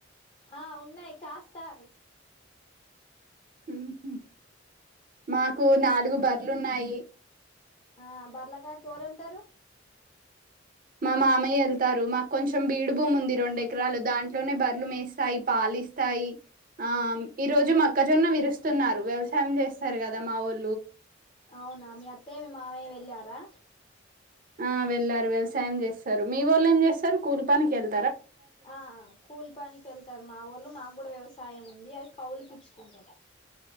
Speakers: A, on the left; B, on the right.
A: ఆ ఉన్నాయి. కాస్తారు.
B: ఉమ్ మాకు నాలుగు బర్లు ఉన్నాయి.
A: అహ్ బార్లక్ కాయడానికి ఎవరు వెళ్తారు.
B: మా మామయ్య వెళ్తారు. మాకు కొంచెం బీడు భూమి ఉంది. రెండు ఎకరాలు దాంట్లోనే బర్రలు మేస్తాయి. పాలిస్తాయి. ఆ ఈ రోజు మా అక్క జొన్న విరుస్తున్నారు. వ్యవసాయం చేస్తారు. కదా మావోల్లు
A: అవునా మీ అత్తయ్య, మీ మావయ్య వెళ్ళి గా
B: ఆ వెళ్ళారు వ్యవసాయం చేస్తారు మీ వోళ్ళు ఏం చేస్తారు కూలి పనికి కెల్
A: ఆ ఆ కూల్ పనికెళ్తారు. మావోళ్లు మా కూడా వ్యవసాయమ్ సాయం ఉంది. అది కవుల్కి ఇచ్చుకుంటాం.